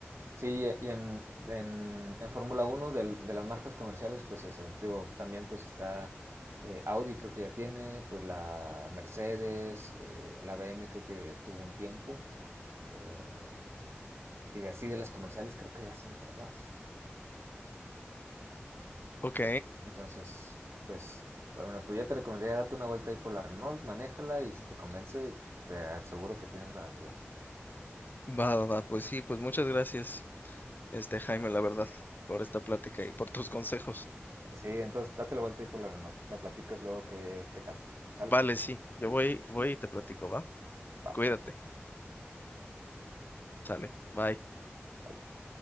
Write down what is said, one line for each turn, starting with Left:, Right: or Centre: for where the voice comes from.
Right: Sí, y en, en, en Fórmula Uno del- de, las marcas comerciales, pues esas, digo, también pues está eh, Audi creo que ya tiene, pues la Mercedes, eh, la B M creo que tuvo un tiempo, eh, y de así de las comerciales creo que ya son todas.
Left: Ok,
Right: Entonces, pues, pues, bueno, pero yo te recomendaría darte una vuelta ahí por la Renault, manéjala y si te convence, te aseguro que tienes garantía.
Left: va, va, va, pues sí, pues muchas gracias, este Jaime, la verdad, por esta plática y por tus consejos.
Right: Sí, entonces date la vuelta ahí por la Renault, me platicas luego qué, qué tal. ¿Sale?
Left: Vale, sí, yo voy, voy y te platico, ¿va?
Right: Va,
Left: Cuídate. Sale. Bye.
Right: bye.